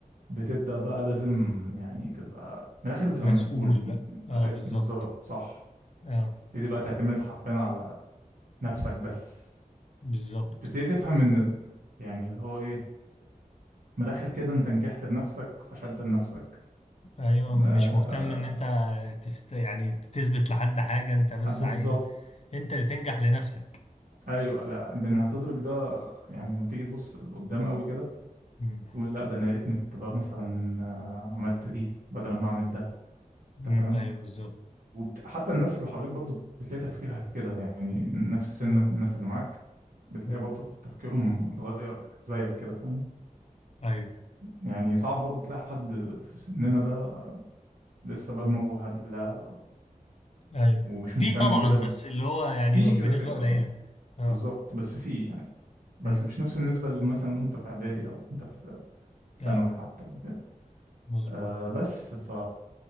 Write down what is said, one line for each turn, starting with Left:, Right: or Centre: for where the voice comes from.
Right: بتبدأ بقى لازم يعني تبقى من الآخر بتبقى
Left: مسؤول
Right: مسؤول
Left: بقى اه
Right: آه،
Left: بالظبط
Right: بالظبط صح
Left: اه
Right: تبتدي بقى تعتمد حرفيا على نفسك بس
Left: بالظبط
Right: وبتبتدي تفهم إن يعني اللي هو إيه من الآخر كده أنت نجحت لنفسك فشلت لنفسك
Left: ايوه مش
Right: آه
Left: مهتم ان انت تست... يعني تثبت لحد حاجة انت بس
Right: بالظبط
Left: عايز انت اللي تنجح لنفسك
Right: أيوه لا لأن
Left: اه
Right: هتدرك ده يعني لما تيجي تبص لقدام قوي كده
Left: امم
Right: تقول لا ده أنا يا ريتني كنت بقى مثلا آه، عملت دي بدل ما أعمل ده
Left: أمم،
Right: أنت فاهم
Left: ايوه بالظبط
Right: وبت... حتى الناس اللي حواليك برضو بتلاقي تفكيرها كده يعني نفس سنك
Left: اه
Right: والناس اللي معاك بتلاقي
Left: أمم.
Right: برضو تفكيرهم اتغير زيك كده فاهم
Left: ايوه
Right: يعني صعب برضو تلاقي حد في سننا ده لسه بقى
Left: مم.
Right: دماغه هبلة
Left: ايوه
Right: ومش مهتم
Left: في طبعا
Right: كده ب-
Left: بس اللي هو يعني
Right: في كده
Left: بنسبة
Right: كده
Left: قليلة
Right: آه،
Left: اه
Right: بالظبط بس في يعني بس
Left: امم
Right: مش نفس النسبة اللي مثلا وانت في اعدادي او انت في ثانوي
Left: ايوه
Right: حتى وكده
Left: مظبوط
Right: أه بس ف